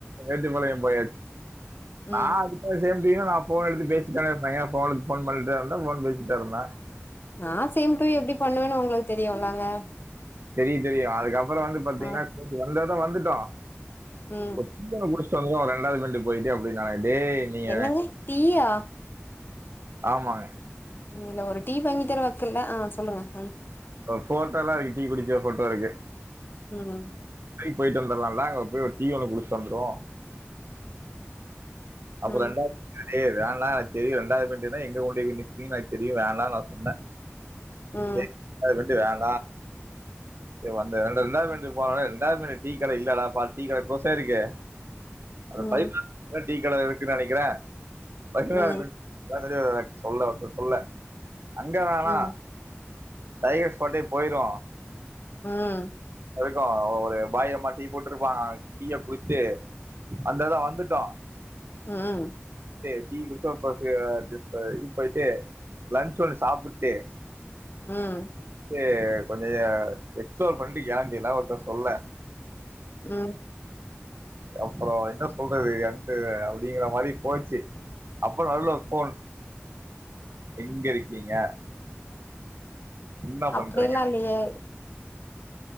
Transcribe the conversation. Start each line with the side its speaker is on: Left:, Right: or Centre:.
Right: மேட்டுபாளயோ போயாச்சு நா
Left: ம்
Right: அதுக்கா சேம் அப்பயு நா ஃபோன் எடுத்து பேசித்தான இருப்ப என் ஃபோனுக் ஃபோன் பண்றானா ஃபோன் பேசிட் தா இருந்த
Left: நா சேம் டு யூ எப்டி பண்ணுவேன்னு உங்களுக்கு தெரியுல்லங்க
Right: தெரியுந் தெரியு அதுக்கப்பறோ வந்து பாத்தீங்கன்னா
Left: ஆ
Right: சேரி வந்தது தா வந்துட்டோ <unintelligible>
Left: ம்
Right: <unintelligible> ஒரு ரெண்டாவது பெண்டு போய்ட்டு அப்டின்னாங்க டேய் நீங்க
Left: என்னங்க டீயா
Right: ஆமாங்க
Left: இல்ல ஒரு டீ வாங்கி தர வக்கில்ல ஆஹ் சொல்லுங்க ஹ்ம்
Right: ஃபோட்டோலா இருக்கு டீ குடிச்ச ஃபோட்டோ இருக்கு
Left: ம்
Right: போய்ட்டந்தர்லால்ல அங்க போய் ஒரு டீ ஒன்னு குடுச்சுட்டந்துருவோ அப்ப
Left: ம்
Right: ரெண்டா ஏ வேண்டா எனக் தெரியு ரெண்டாவது பென்டுனா எங்க கொன்டோய் நிப்பீங் எனக் தெரியு வேண்டா நா சொன்ன
Left: ம்
Right: சே <inaudible> சே வந்த <unintelligible> ரெண்டா பென்டு டீ கட இல்லடா பா டீ கட க்ளாஸாயிருகு அது
Left: ம்
Right: பதினொன் தா டீக்கட இருக்கு நெனக்கிறே <inaudible>
Left: ம்
Right: சரி எனக்கு சொல்ல சொல்ல அங்க தானா
Left: ம் ம்
Right: டைகர் ஸ்பாட்டே போயிரோ
Left: ம்
Right: அதுக்கு ஒரு பாயம்மா டீ போட்ருப்பாங்க டீய குடிச்சுட்டு அந்தெடோ வந்துட்டோ
Left: ம்
Right: டே டீ குடிச்சு ஒரு <unintelligible> இது போய்ட்டு லன்ச்சு ஒண்ணு சாப்புட்டு
Left: ம்
Right: டு கொஞ்ச எ எக்ஸ்ப்ளோர் பண்ட்டு கெம்பீர்லா ஒருத்த சொல்ல
Left: ம்
Right: அப்பறோ என்ன சொல்றது என்ட்டு அப்டிங்கிற மாரி போச்சு அப்ப நடுல ஒரு ஃபோன் எங்க இருக்கீங்க என்ன பண்றீங்க
Left: அப்டி எல்லா இல்லியே